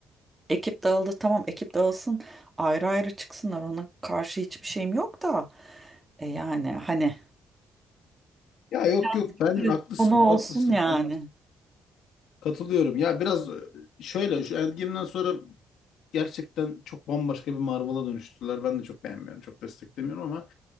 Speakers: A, on the right; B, on the left.
A: Ekip dağıldı tamam ekip dağılsın ayrı ayrı çıksınlar ona karşı hiçbir şeyim yok da e yani hani
B: ya yok yok
A: <laughs>
B: ben haklısın
A: konu olsun
B: haklısın
A: yani.
B: hak- katılıyorum. Ya biraz e, şöyle şu Endgame'den sonra gerçekten çok bambaşka bir Marvel'a dönüştüler. Ben de çok beğenmiyorum, çok desteklemiyorum ama